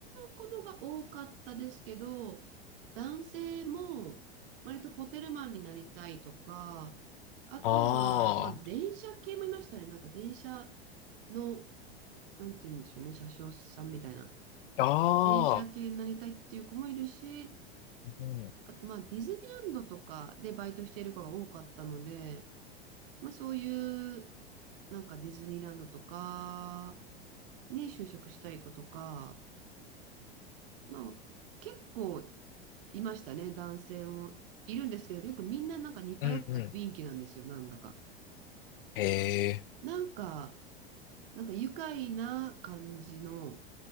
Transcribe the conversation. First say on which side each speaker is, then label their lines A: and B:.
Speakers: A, on the right (about 60°); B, on the left (about 60°).
A: 子のが多かったですけど、男性も割とホテルマンになりたいとか、あとは、
B: あ
A: まあ電車系もいましたね。なんか電車の、なんて言うんでしょうね、車掌さんみたいな。
B: あ、ああ、
A: 電車系になりたいっていう子もいるし、
B: うん、
A: あとまあディズニーランドとかでバイトしている子が多かったので、まあそういう、なんかディズニーランドとかに就職したい子とか、まあ、結構いましたね、男性も。いるんですけど、よくみんななんか似通った雰囲気なんですよ、
B: うん、うん。
A: なんだか。
B: へえ。
A: なんか、なんか愉快な感じの、